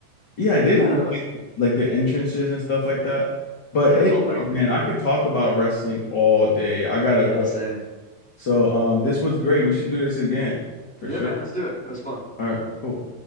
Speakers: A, on the left; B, in the centre.
A: Yeah, I did
B: yeah,
A: with
B: it
A: like
B: was
A: like, the entrances and stuff like that. But
B: yeah,
A: anyways,
B: it was all metal music.
A: man, I could talk about wrestling all day. I gotta
B: Yeah,
A: go.
B: same.
A: So um, this was great. We should do this again for
B: Yeah,
A: sure.
B: man, let's do it. It was fun.
A: All right, cool.